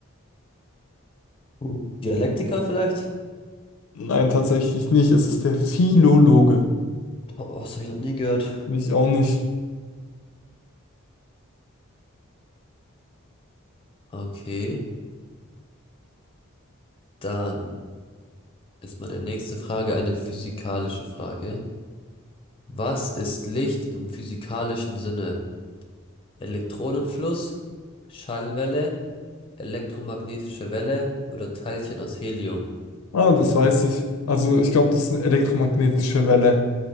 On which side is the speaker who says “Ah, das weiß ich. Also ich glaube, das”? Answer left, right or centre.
Left